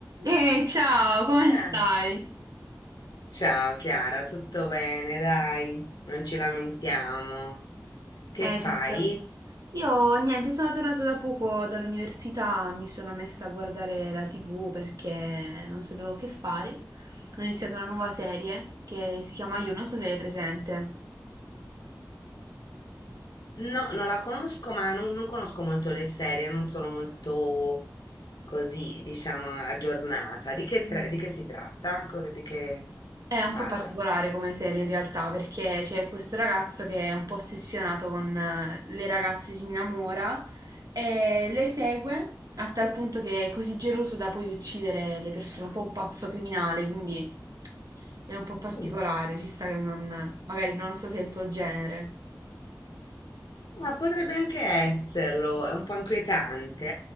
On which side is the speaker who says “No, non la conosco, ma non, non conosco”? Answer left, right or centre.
Left